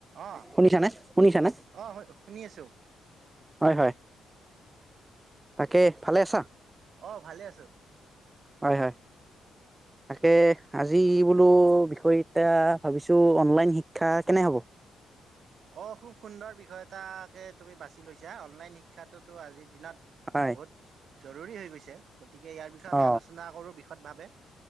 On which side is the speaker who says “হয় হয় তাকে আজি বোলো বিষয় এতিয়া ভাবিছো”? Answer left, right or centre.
Right